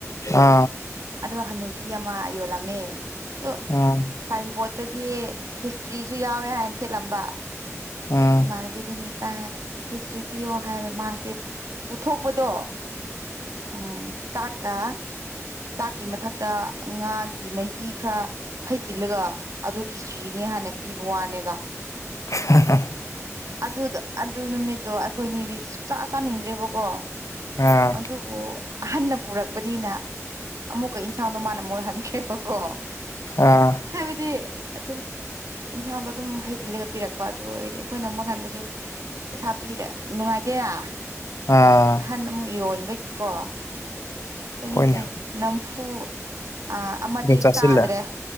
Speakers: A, on the left; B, on the right.
A: ꯍꯥ
B: ꯑꯗꯣ ꯍꯅꯨꯄꯤ ꯑꯃ ꯌꯣꯜꯂꯝꯃꯦ ꯑꯗꯣ
A: ꯎꯝ
B: ꯁꯥꯏꯟꯕꯣꯔꯗ ꯗꯗꯤ ꯈꯤꯁꯇ꯭ꯔꯤꯁꯨ ꯌꯥꯎꯋꯦ ꯍꯥꯏꯅ ꯊꯦꯠꯂꯝꯕ
A: ꯎꯝ
B: ꯑꯗꯩ ꯏꯃꯥꯟꯅꯕꯤ ꯑꯩꯈꯣꯏꯅꯤ ꯥꯆꯪꯉ ꯈꯤꯁꯇꯔꯤ ꯄꯤꯌꯣ ꯍꯥꯏꯕ ꯃꯥꯁꯦ ꯄꯨꯊꯣꯛꯄꯗꯣ ꯎꯝ ꯆꯥꯛꯀꯥ ꯆꯥꯛꯀꯤ ꯃꯊꯛꯇ ꯉꯥꯒꯤ ꯃꯍꯤ ꯈꯔ ꯍꯩꯖꯤꯜꯂꯒ ꯑꯗꯨꯒꯤ ꯈꯤꯁꯇꯆ꯭ꯔꯤꯅꯦ ꯍꯥꯟꯅ ꯄꯤꯕ ꯋꯥꯅꯦꯗ
A: <unintelligible>
B: ꯑꯗꯨꯗꯣ ꯑꯗꯨ ꯅꯨꯃꯤꯠꯇꯣ ꯑꯩꯈꯣꯏꯅꯤꯗꯤ ꯁꯨꯛꯆꯥ ꯆꯥꯅꯤꯡꯗ꯭ꯔꯦꯕꯀꯣ
A: ꯑꯥ
B: ꯑꯗꯨꯕꯨ ꯑꯍꯟꯅ ꯄꯨꯔꯛꯄꯅꯤꯅ ꯑꯃꯨꯛꯀ ꯏꯟꯁꯥꯡꯗꯣ ꯃꯥꯅ ꯃꯣꯠꯍꯟꯈ꯭ꯔꯦꯕꯀꯣ
A: ꯑꯥ
B: ꯍꯥꯏꯕꯗꯤ ꯑꯗꯨꯝ ꯏꯟꯁꯥꯡꯗꯣ ꯑꯗꯨꯝ ꯍꯩꯖꯤꯜꯂꯒ ꯄꯤꯔꯛꯄ ꯑꯗꯨ ꯑꯣꯏꯔꯗꯤ ꯑꯩꯈꯣꯏꯅ ꯑꯃꯨꯛ ꯍꯥꯏꯕꯁꯨ ꯄꯩꯁꯥ ꯄꯤꯔꯦ ꯅꯨꯡꯉꯥꯏꯇꯦꯅꯥ
A: ꯑꯥ
B: ꯑꯍꯟ ꯅ ꯑꯃꯨꯛ ꯌꯣꯟꯕꯩꯀꯣ ꯑꯩꯈꯣꯏꯅꯤꯁꯦ
A: ꯍꯣꯏꯅꯦ
B: ꯅꯝꯐꯨ ꯑꯥ ꯑꯃꯗꯤ
A: ꯑꯗꯨꯝ ꯆꯥꯁꯤꯜꯂꯦ
B: ꯆꯥꯗ꯭ꯔꯦ